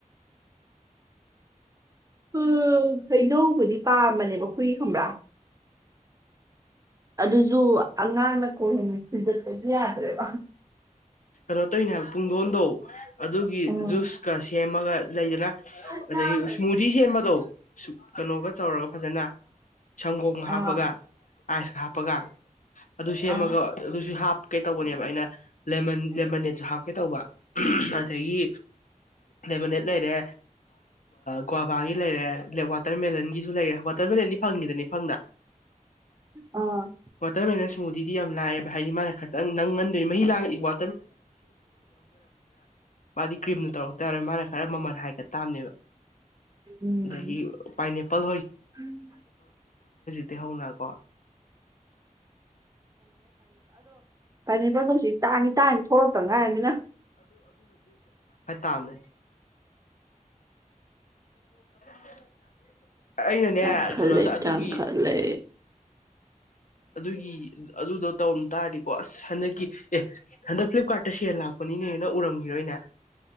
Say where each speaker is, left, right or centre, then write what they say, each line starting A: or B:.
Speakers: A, on the right; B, on the left.
A: ꯎꯝ ꯍꯩꯅꯕꯨꯗꯤ ꯄꯥꯝꯕꯅꯦꯕ ꯍꯨꯏ ꯈꯪꯕ꯭ꯔꯥ ꯑꯗꯨꯁꯨ ꯑꯉꯥꯡꯅ ꯀꯣꯏꯍꯃꯤ ꯊꯤꯗꯄꯗꯤ ꯌꯥꯗ꯭ꯔꯦꯕ
B: ꯔꯣ ꯇꯒꯤꯅꯦ ꯄꯨꯡꯗꯣꯟꯗꯧ ꯑꯗꯨꯒꯤ
A: ꯎꯝ
B: ꯖꯨꯁꯀ ꯁꯦꯝꯃꯒ ꯂꯩꯗꯅ
A: ꯑꯥ
B: ꯑꯗꯒꯤ ꯏꯁꯃꯨꯗꯤ ꯁꯦꯝꯕꯗꯧ ꯀꯩꯅꯣꯒ ꯇꯧꯔꯒ ꯐꯖꯅ ꯁꯪꯒꯣꯝꯒ ꯍꯥꯞꯄꯒ
A: ꯑꯥ
B: ꯑꯥꯏꯁꯀ ꯍꯥꯞꯄꯒ ꯑꯗꯨ ꯁꯦꯝꯃꯒ
A: ꯑꯥ
B: ꯑꯗꯨꯁꯨꯞ ꯀꯩꯇꯧꯕꯅꯦꯕ ꯑꯩꯅ ꯂꯦꯃꯟ ꯂꯦꯃꯅꯦꯠꯁꯨ ꯍꯥꯞꯀꯦ ꯇꯧꯕ ꯑꯗꯒꯤ ꯂꯦꯃꯅꯦꯠ ꯂꯩꯔꯦ ꯒ꯭ꯋꯥꯕꯥꯒꯤ ꯂꯩꯔꯦ ꯂꯦꯛ ꯋꯥꯇꯔꯃꯦꯦꯂꯟꯒꯤꯁꯨ ꯂꯩꯔꯦ ꯋꯥꯇꯔꯃꯦꯂꯟꯗꯤ ꯐꯪꯈꯤꯗꯅꯤ ꯐꯪꯗ
A: ꯑꯥ
B: ꯋꯥꯇꯔꯃꯦꯂꯟ ꯁꯃꯨꯗꯤꯗꯤ ꯌꯥꯝ ꯂꯥꯏꯑꯦꯕ ꯍꯥꯏꯗꯤ ꯃꯥꯅ ꯈꯤꯇꯪ ꯅꯪ ꯉ ꯃꯍꯤ ꯂ ꯏ ꯋꯥ ꯃꯥꯗꯤ ꯀ꯭ꯔꯤꯝꯅ ꯇꯧꯔꯛ ꯇꯥꯔꯦ ꯃꯥꯅ ꯈꯔ ꯃꯃꯜ ꯍꯥꯏꯒꯠ ꯇꯥꯕꯅꯦꯕ
A: ꯎꯝ
B: ꯑꯗꯒꯤ ꯄꯥꯏꯅꯦꯄꯜ
A: ꯎꯝ
B: ꯇꯤ ꯍꯧꯅꯀꯣ
A: ꯐꯅꯤ ꯄꯣꯁꯤ ꯇꯥꯅꯤ ꯇꯥꯅꯤ ꯊꯣꯛꯂꯛꯛꯇ ꯉꯥꯏꯔꯅꯤꯅ
B: ꯑꯃꯦ <unintelligible> ꯑꯩꯅꯅꯦ
A: ꯇꯥꯡꯈꯠꯂꯦ
B: ꯀꯩꯅꯣꯗ ꯑꯗꯨꯒꯤ
A: ꯇꯥꯡꯈꯠꯂꯦ
B: ꯑꯗꯨꯒꯤ ꯑꯗꯨꯗꯣ ꯇꯧꯔꯝ ꯇꯥꯔꯗꯤꯀꯣ ꯑꯁ ꯍꯟꯗꯛꯀꯤ ꯑꯦ ꯍꯟꯗꯛ ꯐ꯭ꯂꯤꯞꯀꯥꯔꯠꯇ ꯁꯦꯜ ꯂꯥꯛꯄꯅꯤꯅꯦꯅ ꯎꯔꯝꯈꯤꯔꯣꯏꯅꯦ